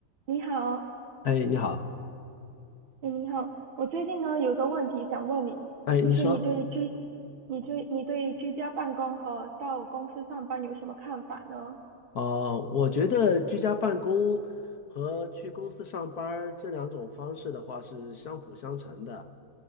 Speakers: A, on the right; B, on the left.
A: 你好，
B: 哎，你好，
A: 哎，你好，我最近呢有个问题想问你，
B: 哎，
A: 就是你对居，
B: 你说，
A: 你对你对居家办公和到公司上班有什么看法呢？
B: 哦，我觉得居家办公和去公司上班儿这两种方式的话是相辅相成的，